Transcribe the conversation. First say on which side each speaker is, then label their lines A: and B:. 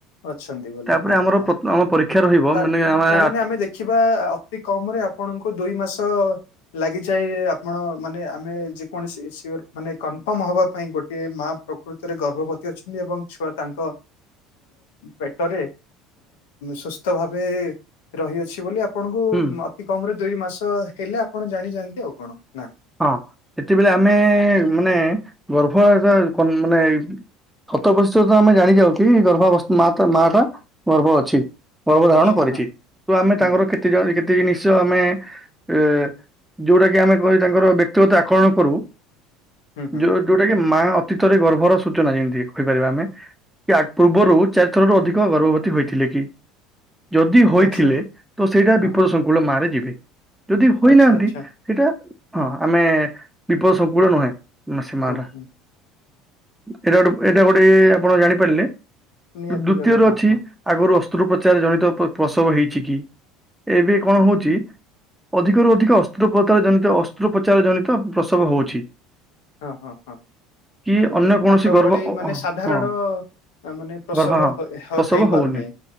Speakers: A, on the left; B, in the centre.
A: ଅଛନ୍ତି ବୋଲି
B: ତାପରେ
A: ହଁ
B: ଆମର
A: ହଁ
B: ଆମ ପରୀକ୍ଷା ରହିବ
A: ତା
B: ମାନେ ଆମେ
A: ତାମାନେ
B: ଆ
A: ଦେଖିବା ଅତି କମ୍ ରେ ଆପଣଙ୍କୁ ଦୁଇ ମାସ ଲାଗିଯାଏ ଆପଣ ମାନେ ଆମେ ଯେକୌଣସି ସିୟର ମାନେ କନଫର୍ମ ହେବା ପାଇଁ ଗୋଟିଏ ମା ପ୍ରକୃତିରେ ଗର୍ଭବତୀ ଅଛନ୍ତି ଏବଂ ଛୁଆ ତାଙ୍କ ପେଟରେ ସୁସ୍ଥ ଭାବେ ରହିଅଛି ବୋଲି ଆପଣଙ୍କୁ
B: ହୁଁ
A: ଅ ଅତିକମରେ ଦୁଇ ମାସ ହେଲେ ଆପଣ ଜାଣି ଯାଆନ୍ତି ଆଉ କଣ ନା ୲
B: ହଁ ସେତେବେଳେ ଆମେ ମାନେ ଗର୍ଭ ଏଭ ମାନେ ସତ ପଶ୍ଚିତ ଆମେ ଜାଣି ଯାଉ କି ଗର୍ଭାବ ମା ମାଟା ଗର୍ଭ ଅଛି। ଗର୍ଭ ଧାରଣ
A: ଅଛି
B: କରିଛି
A: ହଁ
B: ତ ଆମେ
A: ହୁଁ
B: ତାଙ୍କର
A: ହୁଁ
B: ଜଣେ କେତେ ଜିନିଷ ଆମେ ଅ ଯୋଉଟା କି ଆମେ କ ତାଙ୍କର ବ୍ୟକ୍ତିଗତ ଆକଳନ କରୁ
A: ହୁଁ ହୁଁ
B: ଯୋଉ ଯୋଉଟା କି ମା ଅତୀତରେ ଗର୍ଭର ସୂଚନା ଯେମିତି କହିପାରିବା ଆମେ। କି ପୂର୍ବରୁ ଚାରି ଥରରୁ ଅଧିକ ଗର୍ଭବତୀ ହୋଇଥିଲେ କି ଯଦି ହୋଇଥିଲେ
A: ଆଚ୍ଛା
B: ତ ସେଇଟା
A: ହଁ
B: ବିଫଳ ସଂଙ୍କୁଳ ମାରେ ଯିବେ ଯଦି ହୋଇନାହାନ୍ତି
A: ଆଚ୍ଛା ଆଚ୍ଛା
B: ସେଇଟା ହଁ ଆମେ ବିଫଳ ସଂଙ୍କୁଳ ନୁହେଁ ସେ ମା
A: ହୁଁ
B: ଟା।
A: ହୁଁ
B: ଏଇଟା ଗୋଟେ ଏଇଟା ଗୋଟେ ଆପଣ ଜାଣିପାରିଲେ
A: ନିହାତି
B: ଦ୍ଵିତୀୟରେ
A: ଭାବେ ହଁ
B: ଅଛି
A: ହଁ
B: ଆଗରୁ ଅସ୍ତ୍ରୋପଚାର ଜଡିତ ପ୍ରସବ ହେଇଛି କି ଏବେ କଣ ହଉଛି ଅଧିକରୁ ଅଧିକ ଅସ୍ତପତାର ଜନିତ ଅ ଶତ୍ରୋପଚାର ଜନିତ ପ୍ରସବ ହଉଛି।
A: ହଁ ହଁ ହଁ
B: କି
A: ମାନେ
B: ଅନ୍ୟ କୌଣସି
A: ଆଗ
B: ଗର୍ଭ
A: ଭଳି
B: ଅ-
A: ମାନେ
B: ଅ-
A: ସାଧାରଣ
B: ହଁ
A: ମାନେ ପ୍ରସବ
B: ଗର୍ଭ ହଁ
A: ହ
B: ପ୍ରସବ
A: ହେଇ
B: ହଉନି
A: ପାରୁନେହିଁ